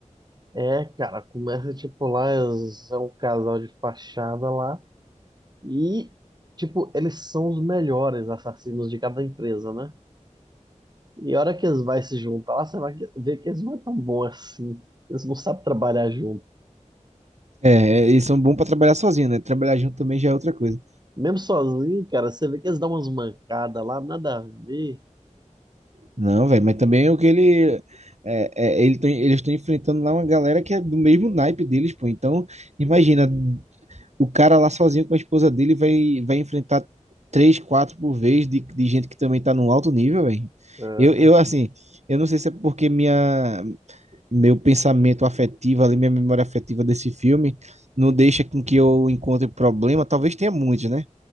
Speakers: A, on the right (about 35°); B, on the right (about 60°).
A: É, cara, começa tipo lá, eles- é um casal de fachada lá e, tipo, eles são os melhores assassinos de cada empresa, né? E a hora que eles vão se juntar, lá, você vai ver que eles não é tão bons assim. Eles não sabem trabalhar junto.
B: É, é, eles são bons pra trabalhar sozinho, né? Trabalhar junto também já é outra coisa.
A: Mesmo sozinho, cara, você vê que eles dão umas mancadas lá, nada a ver.
B: Não, velho, mas também é o que ele. É, é, ele tá- eles estão enfrentando lá uma galera que é do mesmo naipe deles, pô. Então, imagina, o cara lá sozinho com a esposa dele vai, vai enfrentar três, quatro por vez de, de gente que também tá num alto nível, velho.
A: Aham.
B: Eu, eu, assim, eu não sei se é porque minha, meu pensamento afetivo ali, minha memória afetiva desse filme não deixa com que eu encontre problema. Talvez tenha muitos, né?